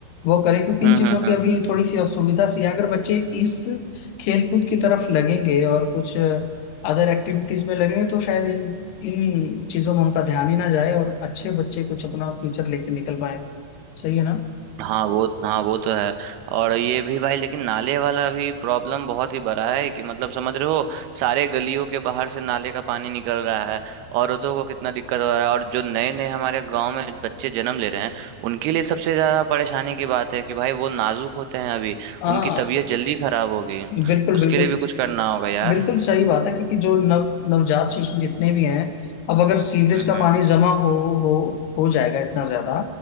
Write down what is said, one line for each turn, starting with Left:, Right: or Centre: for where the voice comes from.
Left: वो करें क्योंकि
Right: हम्म
Left: इन चीज़ों
Right: हम्म
Left: की
Right: हम्म
Left: अभी
Right: हम्म।
Left: थोड़ी सी असुविधा सी है अगर बच्चे इस खेल कूद की तरफ लगेंगे और कुछ अदर एक्टिविटीज में लगेंगे तो शायद इन इन चीजों में उनका ध्यान ही ना जाए और अच्छे बच्चे कुछ अपना फ्यूचर लेके निकल पाए सही है ना
Right: हाँ वो हाँ वो तो है और ये भी भाई लेकिन नाले वाला भी प्रॉब्लम बहुत ही बड़ा है कि मतलब समझ रहे हो सारे गलियों के बाहर से नाले का पानी निकल रहा है औरतों को कितना दिक्कत हो रहा है और जो नए नए हमारे गांव में बच्चे जन्म ले रहे हैं उनके लिए सबसे ज्यादा परेशानी की बात है कि भाई वो नाजुक होते हैं अभी
Left: हाँ
Right: उनकी तबीयत जल्दी खराब होगी
Left: बिल्कुल बिल्कुल
Right: उसके लिए भी कुछ करना होगा यार
Left: बिल्कुल सही बात है क्योंकि जो नव नवजात शिशु जितने भी हैं अब अगर सीवरेज
Right: हम्म
Left: का
Right: हम्म
Left: पानी जमा हो हो हो जाएगा इतना ज्यादा